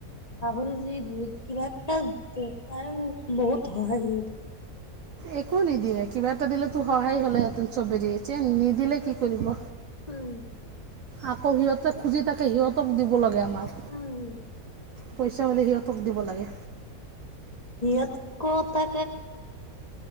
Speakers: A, on the left (about 30°); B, on the right (about 65°).
A: পাহৰি যু দি কিবা এটা তাই বহুত সহায় হ
B: একো নিদিয়ে। কিবা এটা দিলেটো সহায় হলেহেঁতেন চবেৰে। এতিয়া নিদিলে কি কৰিব?
A: উম।
B: আকৌ সিহঁতে খুজি থাকে সিহঁতক দিব লাগে আমাক
A: উম
B: পই চাবলে সিহঁতক দিব লাগে।
A: <unintelligible> কোৱা।